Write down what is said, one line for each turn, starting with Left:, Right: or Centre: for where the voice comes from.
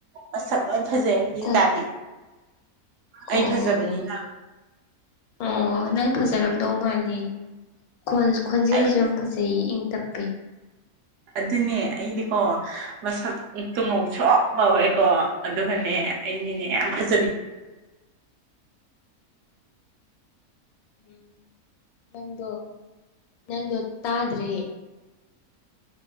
Right: ꯃꯁꯛ ꯂꯣꯏ ꯐꯖꯩ ꯑꯩꯒꯤ
Left: ꯑꯣ
Right: ꯏꯆꯥꯗꯤ
Left: ꯑꯣ
Right: ꯑꯩ ꯐꯖꯕꯅꯤꯅ
Left: ꯑꯣ ꯅꯪ ꯐꯖꯔꯝꯗꯧ ꯃꯥꯜꯂꯦ ꯈꯣꯟꯁꯨ ꯈꯣꯟꯖꯦꯜꯁꯨ
Right: ꯑꯩ
Left: ꯌꯥꯝ ꯐꯖꯩꯌꯦ ꯏꯪꯇꯞꯄꯦ
Right: ꯑꯗꯨꯅꯦ ꯑꯩꯗꯤꯀꯣ ꯃꯁꯛꯇꯨ ꯉꯧꯁꯣꯛ ꯉꯧꯋꯦꯀꯣ ꯑꯗꯨꯒꯅꯦ ꯑꯩꯗꯤꯅꯦ ꯌꯥꯝ ꯐꯖꯕꯤ
Left: ꯎꯝ ꯅꯪꯗꯣ ꯅꯪꯗꯣ ꯇꯥꯗ꯭ꯔꯦ